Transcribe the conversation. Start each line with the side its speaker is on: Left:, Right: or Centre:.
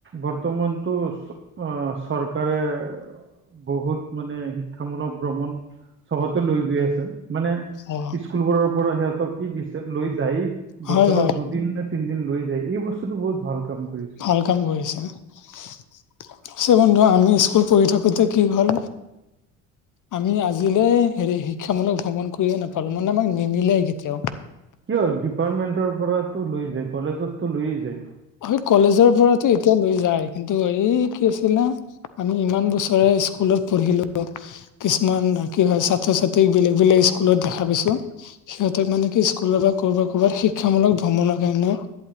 Right: বৰ্তমানতো অঁ চৰকাৰে বহুত মানে শিক্ষামূলক ভ্ৰমণ চবতে লৈ গৈ আছে। মানে
Left: অ
Right: স্কুলবোৰৰ পৰা সিহঁতক কি দিছে লৈ যায়
Left: হয়
Right: বছৰত
Left: হয়
Right: দুদিন তিনিদিন লৈ যায় এই বস্তুতটো বহুত ভাল কাম কৰিছে।
Left: ভাল কাম কৰি আছে ন। আছে বন্ধু আমি স্কুল পঢ়ি থাকোঁতে কি হল। আমি আজিলে হেৰি শিক্ষামূলক ভ্ৰমণ কৰিয়ে নাপালো মানে আমাক নিমিলে কেতিয়াও।
Right: কিয় ডিপাৰ্টমেণ্টৰ পৰাতো লৈ যায়, কলেজততো লৈয়ে যায়।
Left: হয় কলেজৰ পৰাতো এতিয়া লৈ যায়, কিন্তু এই কি আছিলে আমি ইমান বছৰে স্কুলত পঢ়িলো। কিছুমান কি হয় ছাত্ৰ ছাত্ৰীক বেলেগ বেলেগ স্কুলত দেখা পাইছো। সিহঁতক মানে কি স্কুলৰ পৰা ক'ৰবাত কৰবাত শিক্ষামূলক ভ্ৰমণৰ কাৰণে